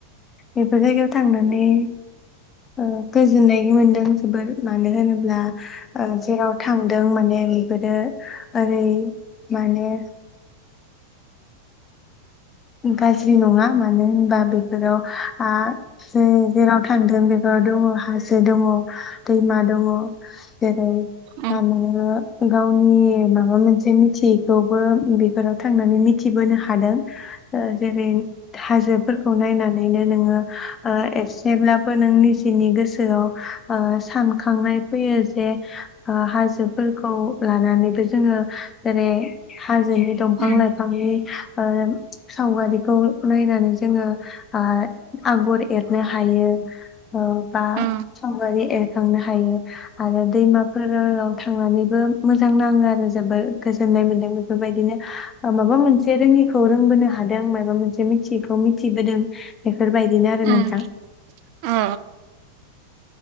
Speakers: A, on the left; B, on the right.
A: बेफोर जायगायाव थांनानै ओ गोजोननाय मोनदों जोबोर मानो होनोब्ला जेराव थांदों माने बेफोरो ओरै माने गाज्रि नङा मानो होनबा बेफोराव आ जे-जेराव थांदों बेफोराव दङ हासो दङ दैमा दङ जेरै
B: अ
A: नोङो गावनि माबा मोनसे मिथियैखौबो बेफोराव थांनानै मिथिबोनो हादों। ओ जेरै हाजोफोरखौ नायनानैनो नोङो ओ एसेब्लाबो नों निजेनि गोसोआव सानखांनाय फैयो जे ओ हाजोफोरखौ लानानैबो जोङो जेरै हाजोनि दंफां
B: उम
A: लाइफांनि ओ सावगारिखौ नायनानै जोङो ओ आगर एरनो हायो ओ बा
B: अ
A: सावगारि एरखांनो हायो आरो दैमाफोराव थांनानैबो मोजां नाङो आरो जोबोद गोजोननाय मोनदों बेफोरबायदिनो माबा मोनसे रोङिखौ रोंबोनो हादों मायबा मोनसे मिथियैखौ मिथिबोदों बेफोरबायदिनो आरो
B: उम
A: नोंथां।
B: अ